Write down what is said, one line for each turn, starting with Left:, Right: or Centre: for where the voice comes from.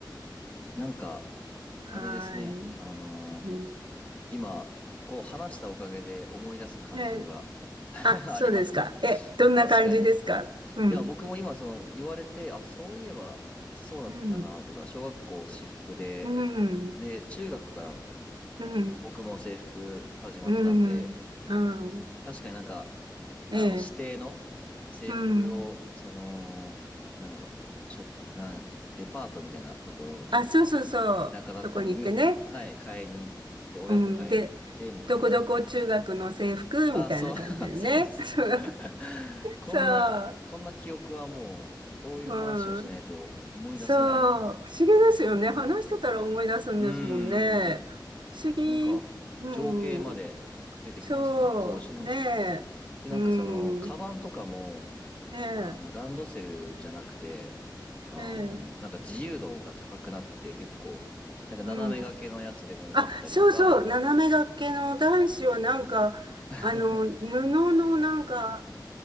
Left: なんか、
Right: はい。
Left: あれですね、あのー
Right: うん
Left: 今、こう話したおかげで思い出す感情が
Right: ええ。
Left: <laughs>
Right: あ、そうですか。
Left: ありますね。
Right: え、どんな感じですかうん。
Left: 確かに、いや、僕も今、その、言われて、あ、そういえば、そうだったな、
Right: うん。
Left: とか、小学校私服で、
Right: うん。
Left: で、中学から
Right: うん。
Left: 僕も制服始まったんで、
Right: うん。うん
Left: 確かになんか、あの、
Right: ええ。
Left: 指定の制服を、
Right: うん。
Left: その、なんだろう、ショップ、なん、デパートみたいなところ、ちょっと
Right: あ、そうそうそう。
Left: 田舎だったのに、
Right: そこに行ってね。
Left: はい、買いに行って、親と買いに行って、
Right: うん。で、
Left: みたいな
Right: どこどこ中学の制服みたいな感じでね。
Left: あ、そう、<laughs> そうです。
Right: <laughs> そう
Left: <laughs> こんな、
Right: そう。
Left: こんな記憶はもう、こういう話をしないと思い出せない。
Right: うん。そう。不思議ですよね。話してたら思い出すんですもんね。
Left: うーん。
Right: 不思議。
Left: なんか、
Right: う
Left: 情景まで出てきますね、
Right: ん。そう。
Left: 当時の。
Right: ねえ。
Left: で、
Right: うん。
Left: なんかその、カバンとかも、
Right: ねえ。
Left: あの、ランドセルじゃなくて、あの、
Right: ええ、
Left: なんか自由度が高くなって、結構、なんか斜め掛けのやつでもよかったりとか、
Right: うん。あ、そうそう、斜め掛けの男子はなんか、
Left: <laughs>
Right: あの、布のなんか、